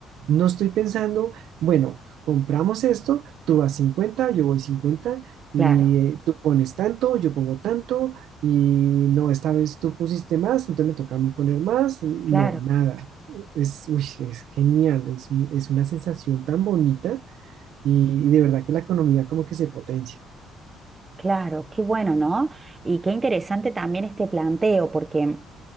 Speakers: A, on the right; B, on the right.
A: No estoy pensando, bueno, compramos esto, tú vas cincuenta yo voy 50 y
B: claro.
A: eh, tú pones tanto, yo pongo tanto, y no, esta vez tú pusiste más, entonces me toca a mí poner más. y No,
B: Claro,
A: nada. Es, uy, es genial, es, un- es una sensación tan bonita y de verdad que la economía como que se potencia.
B: claro, qué bueno, ¿no? Y qué interesante también este planteo, porque